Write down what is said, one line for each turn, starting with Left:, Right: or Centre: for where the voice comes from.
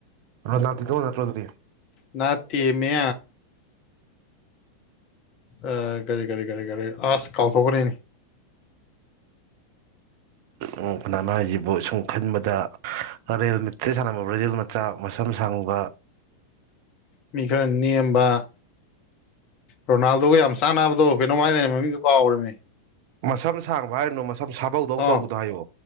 Right: ꯔꯣꯅꯥꯜꯇꯤꯗꯣ ꯅꯠꯇ꯭ꯔꯣ ꯑꯗꯨꯗꯤ
Left: ꯅꯠꯇꯦꯃꯦ ꯑꯥ ꯀꯔꯤ ꯀꯔꯤ ꯀꯔꯤ ꯀꯔꯤ ꯑꯁ ꯀꯥꯎꯊꯣꯛꯈ꯭ꯔꯦꯅꯦ
Right: ꯎꯝ ꯀꯅꯥꯅꯣ ꯍꯥꯏꯁꯤꯕꯣ ꯁꯨꯝ ꯈꯟꯕꯗ ꯔꯦꯜꯃꯤꯠꯇ ꯁꯥꯟꯅꯕ ꯕ꯭ꯔꯥꯖꯤꯜ ꯃꯆꯥ ꯃꯁꯝ ꯁꯥꯡꯕ
Left: ꯃꯤ ꯈꯔ ꯅꯦꯝꯕ ꯔꯣꯅꯥꯜꯗꯣꯒ ꯌꯥꯝ ꯆꯥꯟꯅꯕꯗꯣ ꯀꯩꯅꯣꯝ ꯍꯥꯏꯗꯥꯢꯅꯦ ꯃꯃꯤꯗꯣ ꯀꯥꯎꯒ꯭ꯔꯦꯃꯤ
Right: ꯃꯁꯝ ꯁꯥꯡꯕ ꯍꯥꯏꯔꯨꯅꯨ ꯃꯁꯝ ꯁꯥꯕꯧꯗꯧꯅ
Left: ꯑꯣ
Right: ꯇꯧꯕꯗꯣ ꯍꯥꯏꯌꯣ